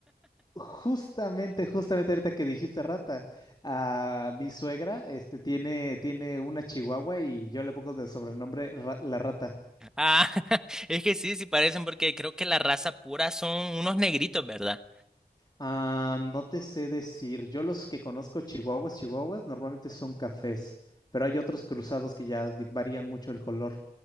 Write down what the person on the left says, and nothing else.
Justamente, justamente ahorita que dijiste rata, a mi suegra este, tiene, tiene una chihuahua y yo le pongo de sobrenombre ra- la rata.
Ah, no te sé decir. Yo los que conozco chihuahuas, chihuahuas, normalmente son cafés, pero hay otros cruzados que ya di- varían mucho el color.